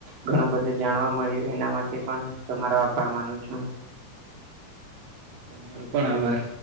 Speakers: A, on the right; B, on the right.
A: ઘણું બધું જાણવા મળ્યું એના માટે પણ તમારો આભાર માનું છું.
B: તમારો પણ આભાર.